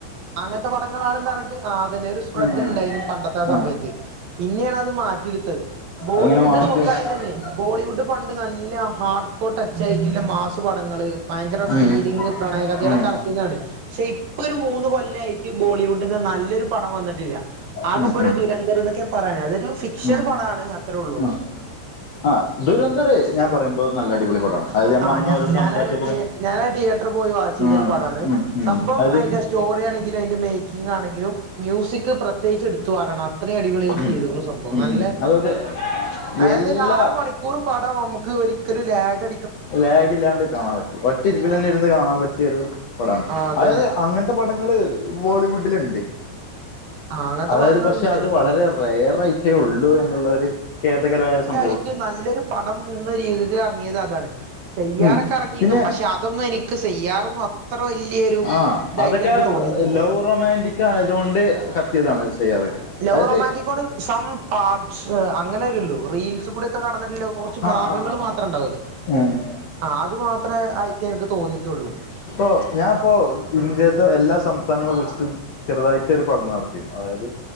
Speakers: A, on the right (about 60°); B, on the left (about 70°).
A: അങ്ങൻത്തെ പടങ്ങളാണ് ന്ന് പറഞ്ട്ട് ആ അതെന്നെ ഒരു സ്പ്രെഡ്
B: ഉം
A: ണ്ടേരുന്നു പണ്ടത്തെ ആ സമയത്ത്
B: ആഹ്
A: പിന്നിം അത് മാറ്റിടുത്തത് ബോളിവുഡ്
B: അതിങ്ങനെ മാറ്റി
A: നോക്കാണെങ്കി
B: ഉം
A: തന്നെ ബോളിവുഡ് പ ണ്ട് നല്ല ഹാർഡ്കോ ടച്ച് ആയിട്ടില്ല മാസ് പടങ്ങള് ഭയങ്കര
B: ഉം
A: ഫീലിങ് പ്രണയകഥകളൊക്കെ
B: ഉം
A: എറക്കിന്നവടെ ക്ഷെ ഇപ്പൊരു മൂന്ന് കൊല്ലായിട്ട് ബോളിവുഡിന്ന് നല്ലൊരു പടം വന്നിട്ടില്ല ആകപ്പോ
B: ഉം ഉം
A: ഒരു ദുരന്തം ന്നൊക്കെ പറയണെ അത് ഒരു ഫിക്ഷൻ
B: ഉം
A: പടാണ് അത്രേള്ളു
B: ആഹ് ആഹ് ദുരന്തർ ഞാൻ പറയുമ്പോ നല്ല അടിപൊളി പടമാണ് അതായത് നമ്മൾ
A: ആ
B: അന്ന്
A: ഞാ
B: അവരോട്
A: ഞാനത്
B: സംസാരിച്ചപ്പോ
A: ടിയേ
B: തന്നെ
A: ഞാനത് ടിയേറ്ററിൽ പോയി വാച്ചെയ്തൊരു
B: ഉം
A: പടാണ്
B: ഉം ഉം
A: സംഭവം
B: അത്
A: അയ്ന്റെ സ്റ്റോ റി ആണെങ്കിലും അയ്ന്റെ മേക്കിങ്ങാണെങ്കിലും മ്യൂസിക് പ്രത്യേകിച്ച് ഇട്ത്ത് പറയണം അത്രേം അടിപൊളിയായി
B: ഉം
A: ചെയ്ത്ക്ക്ണു സംഭവം
B: ഉം
A: നല്ലെ
B: ഉം അതായത്
A: അതായത്
B: എല്ലാ
A: ഒരു ആറ് മണിക്കൂർ പടം നമുക്ക് ഒരിക്കലും ലേഖട
B: ലേഗില്ലാണ്ട് കാണാൻ പറ്റും ഒറ്റ ഇരിപ്പിൽ തന്നെ ഇരുന്ന് കാണാൻ പറ്റിയൊരു പടാണ്
A: ആഹ് അതന്നെ
B: അതായത് അങ്ങൻത്തെ പട അത് ബോളിവുഡില് ണ്ട്
A: ആഹ് അങ്ങനത്തെ
B: അതായത്
A: പടങ്ങളുണ്ട്
B: പക്ഷേ അത് വളരെ
A: ആഹ്
B: റെയറായിട്ടേ ഉള്ളൂ എന്നുള്ളൊരു ഖേദകരമായ സം
A: യിട്ട് നല്ലൊരു പടം എന്ന രീതിയിൽ എറങ്ങിയതാ താണ് സെയ്യാറൊക്കെ
B: ഉം
A: എറങ്ങീന്നു
B: പിന്നെ
A: പക്ഷെ അതൊന്നും എനിക്ക് സെയ്യാറൊന്നും അ അത്ര വല്യൊരു
B: ആ
A: ഇതായിട്ടിന്ക്ക്
B: അതൊക്കെ
A: തോന്നിട്ടില്ല
B: ലവ് റൊമാൻറിക് ആയതുകൊണ്ട് കത്തിയതാണ് ചെയ്യാറൊക്കെ
A: ലൗ
B: അതായത്
A: റൊമാന്റിക് കൊണ്ട് സം പാട്സ് അങ്ങനെ വരൂള്ളൂ റീൽസികൂടൊക്കെ കാ വന്ന്ട്ട് ള്ളെ കൊർച്ച്
B: ആ
A: ഭാഗങ്ങള്
B: ആ ആ
A: മാത്രം ണ്ടാവൂല്ലേ
B: ഉം
A: ആ അത് മാത്രെ ആയിട്ടേ ഇൻക്ക് തോന്നിട്ടൊള്ളൂ
B: ഇപ്പൊ ഞാപ്പോ ഇന്ത്യ ത്തും എല്ലാ സംസ്ഥാനങ്ങളെ കുറിച്ചിട്ടും ചെറുതായിട്ട് ഒരു പഠനം നടത്തിരുന്നു അതായത്